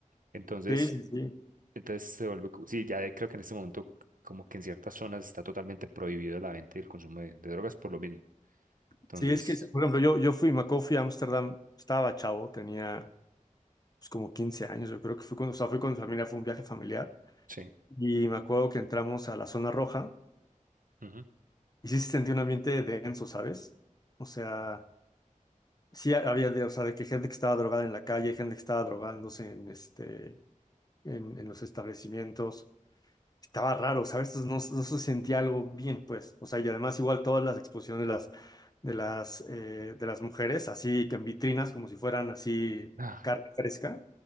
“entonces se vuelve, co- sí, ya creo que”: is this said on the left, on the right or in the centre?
Right